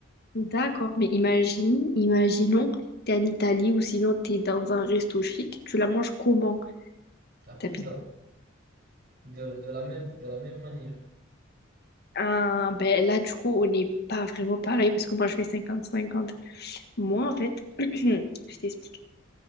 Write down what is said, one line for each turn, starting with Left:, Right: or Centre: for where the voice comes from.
Left: D'accord, mais imagine, imaginons, t'es en Italie ou sinon t'es dans un resto chic, tu la manges comment?
Right: la pizza.
Left: T'habites...
Right: de, de la même, de la même manière.
Left: Ah, ben là, du coup, on n'est pas vraiment pareil parce que moi, je fais cinquante cinquante. Moi, en fait, <clears throat> je t'explique.